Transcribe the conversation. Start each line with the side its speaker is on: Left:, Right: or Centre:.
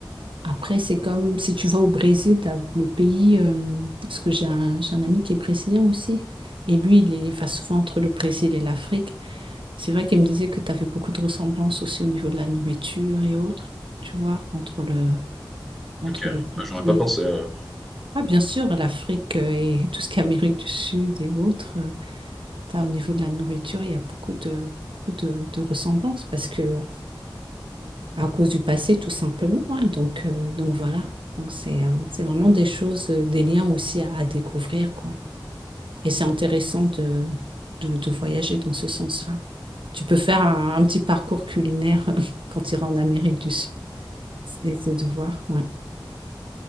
Right: Après, c'est comme si tu vas au Brésil, t'as le pays, euh, parce que j'ai un, j'ai un ami qui est brésilien aussi, et lui, il, est- il va souvent entre le Brésil et l'Afrique. C'est vrai qu'il me disait que tu avais beaucoup de ressemblances aussi au niveau de la nourriture et autres, tu vois, entre le, entre
Centre: Ok.
Right: le Brésil.
Centre: Ah, j'aurais pas pensé. euh.
Right: Ah, bien sûr, l'Afrique euh, et tout ce qui est Amérique du Sud et autres, euh, t'as, au niveau de la nourriture, il y a beaucoup de, beaucoup de, de ressemblances, parce que à cause du passé, tout simplement. hein. Donc, euh, donc voilà. Donc c'est euh, c'est vraiment des choses, euh, des liens aussi à, à découvrir, quoi. Et c'est intéressant de, de, de voyager dans ce sens-là. Tu peux faire un, un petit parcours culinaire <laughs> quand tu iras en Amérique du Sud. C'est c'est de voir, ouais.